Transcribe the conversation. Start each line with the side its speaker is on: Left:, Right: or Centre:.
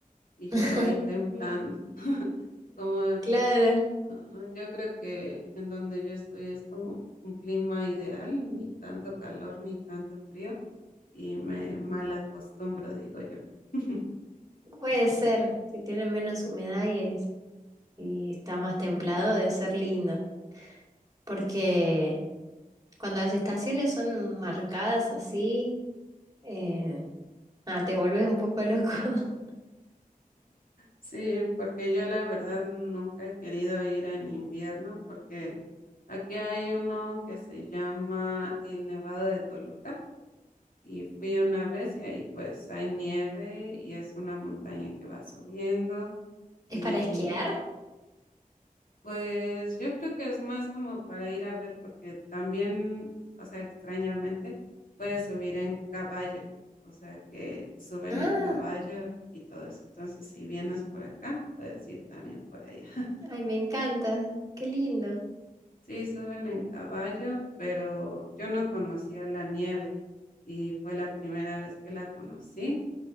Left: y yo
Right: <laughs>
Left: ahí temblando. <laughs> Como,
Right: Claro,
Left: ajá, yo creo que en donde yo estoy es como un clima ideal, ni tanto calor ni tanto frío y me mal acostumbro, digo yo. <laughs>
Right: puede ser, si tiene menos humedad y, es- y está más templado, debe ser lindo, porque cuando las estaciones son marcadas así, eh, ah, te volvés un poco loco. <laughs>
Left: Sí, porque yo la verdad nunca he querido ir en invierno porque aquí hay uno que se llama el Nevado de Toluca y fui una vez y ahí pues hay nieve y es una montaña que va subiendo y
Right: ¿Es para esquiar?
Left: pues yo creo que es más como para ir a ver porque también, o sea, extrañamente puedes subir en caballo, o sea que suben
Right: Ah,
Left: en caballo y todo eso. Entonces, si vienes por acá, puedes ir también por allá.
Right: ay, me encanta, qué lindo.
Left: Sí, suben en caballo, pero yo no conocía la nieve y fue la primera vez que la conocí